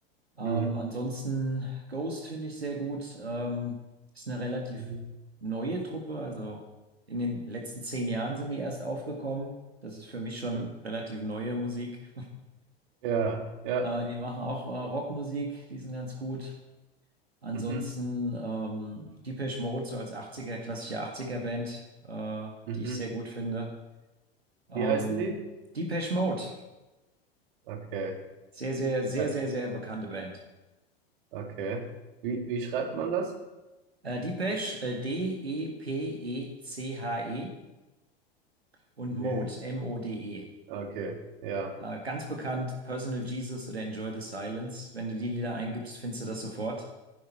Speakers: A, on the right (about 80°); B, on the right (about 55°).
A: Ähm,
B: Mhm.
A: ansonsten Ghost finde ich sehr gut. Ähm, ist eine relativ
B: Mhm.
A: neue Truppe, also in den letzten zehn Jahren sind die erst aufgekommen. Das ist für mich schon
B: Mhm.
A: relativ neue Musik. <laughs>
B: Ja, ja.
A: Äh, die machen auch äh, Rockmusik, die sind ganz gut. Ansonsten
B: Mhm,
A: ähm, Depeche Mode, so als 80er, klassische 80er-Band, äh,
B: mhm.
A: die ich sehr gut finde. Ähm,
B: Wie heißen die?
A: Depeche Mode,
B: Okay,
A: sehr, sehr, sehr,
B: äh,
A: sehr, sehr bekannte Band.
B: okay. Wie, wie schreibt man das?
A: Äh, Depeche, äh, D-E-P-E-C-H-E und Mode,
B: Okay,
A: M-O-D-E.
B: okay, ja.
A: Äh, ganz bekannt, Personal Jesus oder Enjoy the Silence. Wenn du die Lieder eingibst, findest du das sofort.